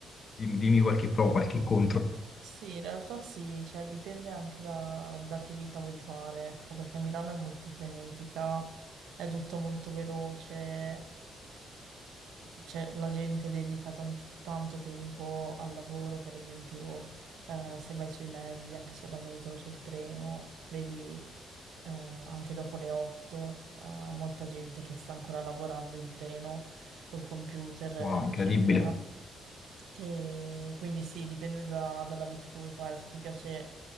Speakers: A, on the left; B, on the right.
A: dim- dimmi, qualche pro, qualche contro?
B: Sì, in realtà sì, cioè dipende anche da, da che vita vuoi fare, ecco, perché Milano è molto frenetica, è tutto molto veloce, eh, cioè, la gente dedica tanti- tanto tempo al lavoro, per esempio, eh, se vai sui mezzi, anche sulla metro, sul treno, vedi, eh, anche dopo le 8, eh, molta gente che sta ancora lavorando in treno col computer,
A: Wow,
B: eccetera.
A: incredibile.
B: E quindi sì, dipende da- dalla vita che vuoi fare. Se ti piace,